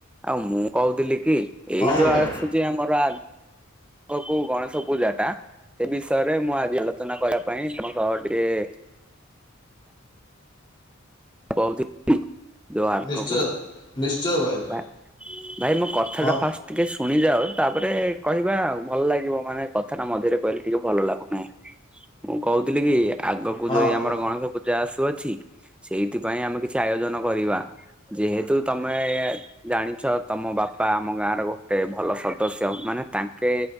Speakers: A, in the centre; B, on the left.
A: ଆଉ ମୁଁ କହୁଥିଲି କି
B: ହଁ
A: ଏଇ ଯୋଉ
B: ଭାଇ
A: ଆସୁଛି ଆମର ଆ କ କୋଉ ଗଣେଶ ପୂଜା ଟା ଏ ବିଷୟରେ ମୁଁ ଆଜି ଆଲୋଚନା କରିବା ପାଇଁ ତମ ସହ ଟିକେ-ଏ-ଏ ବହୁତି ଯୋ ଆଗକୁ,
B: ନିଶ୍ଚୟ ନିଶ୍ଚୟ ଭାଇ
A: ଭା ଭାଇ ମୋ କଥା
B: ହଁ
A: ଟା ଫାଷ୍ଟ ଟିକେ ଶୁଣିଯାଅ ତାପରେ କହିବା ଆଉ ଭଲ ଲାଗିବ ମାନେ କଥାଟା ମଝିରେ କହିଲେ ଟିକେ ଭଲ ଲାଗୁନି। ମୁଁ କହୁଥିଲି କି ଆଗକୁ
B: ହଁ
A: ଯୋଉ
B: ହଉ
A: ଆମର ଗଣେଶ ପୂଜା ଆସୁଅଛି ସେଇଥିପାଇଁ ଆମେ କିଛି ଆୟୋଜନ କରିବା। ଯେହେତୁ ତମେ-ଏ-ଏ-ଏ ଜାଣିଛ ତମ ବାପା ଆମ ଗାଁର ଗୋଟେ ଭଲ ସଦସ୍ୟ ମାନେ ତାଙ୍କେ